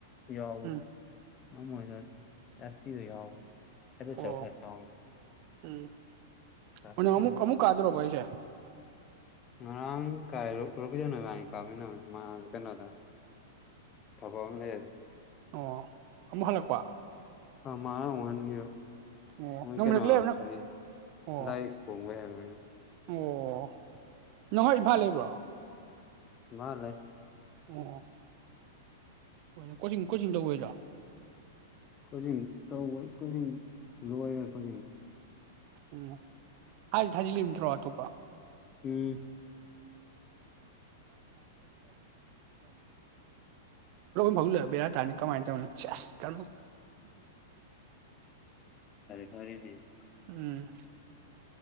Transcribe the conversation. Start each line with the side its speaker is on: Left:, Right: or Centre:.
Left: ꯌꯥꯎꯕꯗ
Right: ꯎꯝ
Left: ꯑ ꯑꯣꯏꯣꯏꯗ ꯥꯁꯤ ꯏ ꯌꯥꯎ ꯍꯕ ꯆꯧ
Right: ꯑꯣ
Left: ꯐꯦ ꯀ
Right: ꯎꯝ
Left: ꯇꯇꯗ
Right: ꯑꯣ ꯅꯪ ꯑꯃꯨꯛ ꯑꯃꯨꯛ ꯀꯥꯗꯣꯔꯕ ꯑꯩꯁꯦ
Left: ꯉꯔꯥꯡ ꯀꯥꯏꯨꯁꯅꯣꯕꯥꯅꯤ ꯀꯥꯞꯃꯤꯟꯅꯕ ꯀꯩꯅꯣꯗ ꯊꯕꯛꯃꯦ
Right: ꯑꯣ ꯑꯃꯨꯛ ꯍꯜꯂꯛꯄ
Left: ꯃꯥ ꯎꯡꯍꯟꯕꯤꯌꯨ
Right: ꯑꯣ
Left: ꯃꯣꯏ
Right: ꯅꯪ
Left: ꯀꯩꯅꯣ
Right: ꯍꯦꯛ ꯂꯩꯔ
Left: ꯍꯥꯏꯗꯤ
Right: ꯑꯣ
Left: ꯂꯥꯏꯔꯤꯛ ꯐꯣꯡꯕꯩ ꯍꯥꯏꯕ
Right: ꯑꯣ ꯅꯪ ꯍꯣꯏ ꯏꯝꯐꯥꯜ ꯂꯩꯕ꯭ꯔꯣ
Left: ꯃꯥ ꯂꯩꯦ
Right: ꯑꯣ ꯍꯣꯏꯅꯦ ꯀꯣꯆꯤꯡ ꯀꯣꯆꯤꯡ ꯇ ꯑꯣꯏꯣꯏꯗ꯭ꯔꯣ
Left: ꯀꯣꯆꯤꯡ ꯇꯧꯋꯣꯏ ꯀꯣꯆꯤꯡ ꯂꯣꯏꯔꯣꯏ ꯀꯣꯆꯤꯡꯗꯤ
Right: ꯎꯝ ꯍꯥꯏꯗꯤ ꯊꯥꯖꯤꯜꯂꯤꯝꯇ꯭ꯔꯣ ꯑꯇꯣꯞꯄ
Left: ꯎꯝ
Right: ꯐꯕꯦꯔ ꯇꯅꯤ ꯀꯃꯥꯏꯅ ꯇꯧꯅꯤ ꯆꯁ ꯀ
Left: ꯁꯔꯗꯤ
Right: ꯎꯝ